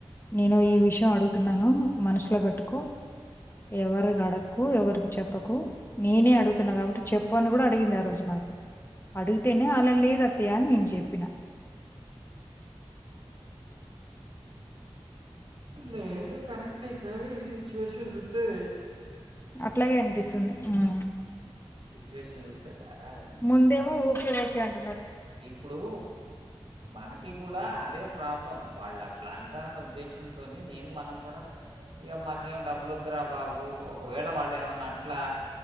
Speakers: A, on the left; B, on the right.
A: నేను ఈ విషయం అడుగుతున్నాను మనషులో బెట్టుకో ఎవరిని అడక్కు ఎవరికి చెప్పకు నేనే అడుగుతున్నా కాబట్టి చెప్పు అని కూడా అడిగింది ఆ రోజు నా అడిగితేనే అల లేదు అత్తయ్య నేను చెప్ పీన
B: మ్ లేదు కరెక్టే గాని సిచ్యువేషన్ చూత్తే
A: అట్లాగే అనిపిస్తుంది ఉ
B: సిట్యుయేషన్ చూస్తే తేడాగా ఉంది
A: ముందేమో ఓకే ఓకే అన్
B: ఇప్పుడు మనకి కూడా అదే ప్రాబ్లం వాళ్ళు అట్లా అంటారని ఉద్దేశంతోనే నేను మనం కూడా ఇగ మాకేం డబ్బులొద్దురా రా బాబు ఒకవేళ వాళ్ళు ఏమన్న అట్లా